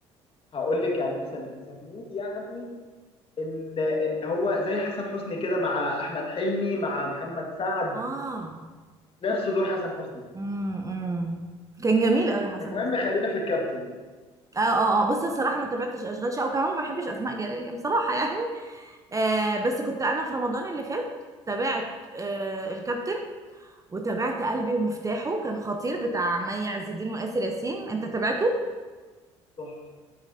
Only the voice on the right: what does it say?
اه
امم أمم. كان جميل قوي حسن
حسن
اه اه اه بصي الصراحه ما تابعتش اشغال شقه وكمان ما بحبش اسماء جلال يعني بصراحه <laughs> يعني آه بس كنت انا في رمضان اللي فات تابعت آه الكابتن وتابعت قلبي
ومفتاحه كان خطير بتاع مي عز الدين واسر ياسين انت تابعته